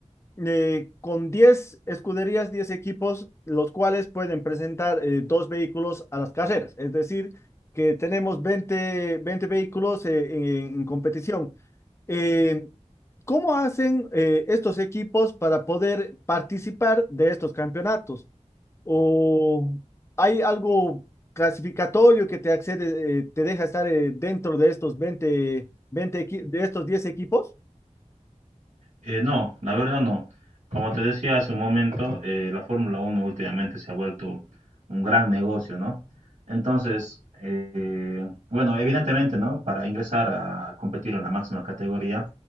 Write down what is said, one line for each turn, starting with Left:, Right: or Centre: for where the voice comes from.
Left: eh, con 10 escuderías, 10 equipos, los cuales pueden presentar eh, dos vehículos a las carreras. Es decir, que tenemos veinte veinte vehículos eh, en, en competición. Eh, ¿cómo hacen eh, estos equipos para poder participar de estos campeonatos? ¿O hay algo clasificatorio que te accede, eh, te deja estar eh, dentro de estos veinte veinte equi- de estos 10 equipos?
Right: Eh, no, la verdad no. Como te decía hace un momento, eh, la Fórmula Uno últimamente se ha vuelto un gran negocio, ¿no? Entonces, eh, bueno, evidentemente, ¿no? Para ingresar a competir en la máxima categoría,